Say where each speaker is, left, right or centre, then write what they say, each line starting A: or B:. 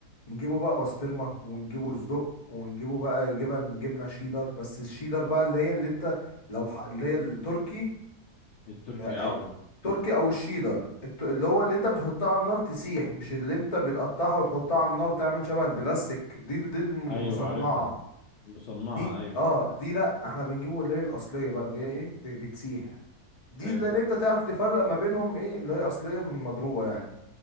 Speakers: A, on the left; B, on the left.
A: نجيبه بقى بسطرمة ونجيبه صدق ونجيبه بقى جبن جبنة شيدر بس الشيدر بقى
B: آه،
A: اللي هي اللي انت لو ح... اللي هي التركي
B: التركي
A: أو
B: ايوه
A: تركي او الشيدر الت- اللي هو اللي انت بتحطها على النار تسيح مش اللي انت بتقطعها وتحطها على النار تعمل شبه البلاستيك دي دي المصنعة
B: ايوه عارفها المصنعه
A: دي
B: ايوه
A: اه دي لا احنا بنجيبه اللي هي الاصلية بقى اللي هي ايه ب- بتسيح دي
B: حلو
A: اللي اللي انت تعرف تفرق ما بينهم ايه اللي هي اصلية من مضروبة يعني